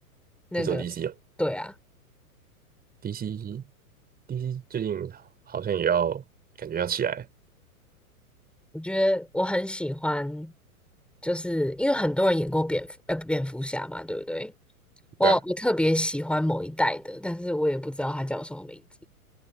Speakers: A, in the centre; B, on the right.
A: 那个，
B: 你说 DC 哦
A: 对啊，
B: ，DC DC 最近好像也要感觉要起来，
A: 我觉得我很喜欢，就是因为很多人演过蝙蝠，呃，蝙蝠侠嘛，对不对？我我特别喜欢某一代的，
B: 对啊，
A: 但是我也不知道他叫什么名字，